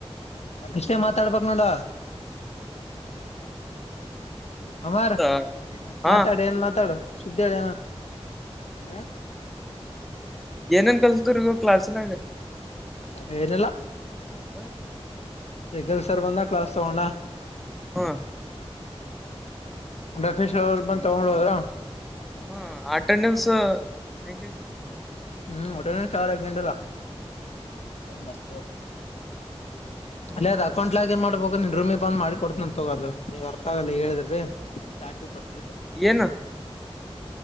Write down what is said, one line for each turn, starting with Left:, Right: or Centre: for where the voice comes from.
Left: ಎಷ್ಟೇ ಮಾತಾಡಬೇಕು ನೋಡ ಅಮಾರ್
Centre: ಹೌದಾ ಹಾ
Left: ಮಾತಾಡು ಏನ್ ಮಾತಾಡು ಸುದ್ದಿ ಹೇಳ್ ಏನಾರ
Centre: ಏನನ್ ಕಲ್ಟ್ರಿ ನೀವು ಕ್ಲಾಸ್ನಾಗ
Left: <inaudible> ಏನಲ್ಲ
Centre: ಹಾ
Left: ರೆಗಲ್ ಸರ್ ಬಂದ ಕ್ರಾಸ್ ತಗೊಂಡ
Centre: ಹಾ
Left: ಲೋಕಿ ಸರ್ ಬಂತೊಂದೋದ್ರ
Centre: ಹಾ ಅಟೆಂಡೆನ್ಸ್ ಹೇಗೆ
Left: ಹ್ಮ್ ಅಟೆಂಡೆನ್ಸ್ಯಾರು ಕೆಂದಿಲ್ಲ
Centre: ಹ
Left: ಮತ
Centre: ಹೌದಾ
Left: ಅಲ್ಲದ ಅಕೌಂಟ್ ಲಾಗಿನ್ ಅಕೌಂಟ್ ಲಾಗಿನ್ ಮಾಡಬೇಕು ಗ್ರೂಮೆಗೆ ಬಂದು ಲಾಗಿನ್ ಮಾಡ್ತೀನಿ ಹೇಳಿದರೆ ನಿನಗೆ ಅರ್ಥ ಆಗಲ್ಲ
Centre: ಏನು